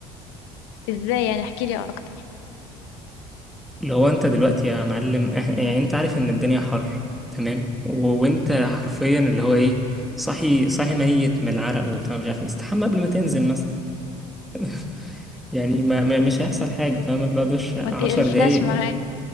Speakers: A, on the left; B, in the centre.
A: ازاي يعني احكيلي اكتر
B: اللي هو انت دلوقتي يا معلم إح- يعني انت عارف ان الدنيا حر تمام و... وانت حرفيا اللي هو ايه صاحي صاحي ميت من العرق وبتاع مش عارف ايه استحمى قبل ما تنزل مثلا <laughs> يعني ما... ما... مش هيحصل حاجه فاهم اللي هو دش عشر
A: ما تقرفناش
B: دقايق
A: معاك
B: كده